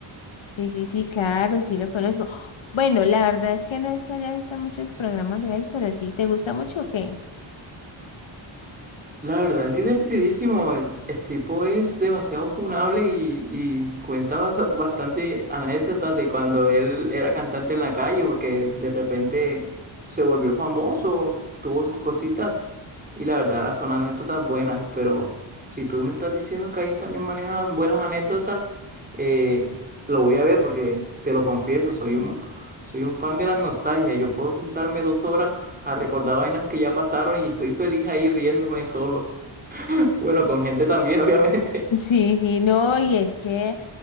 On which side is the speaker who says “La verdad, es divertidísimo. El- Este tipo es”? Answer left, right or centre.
Right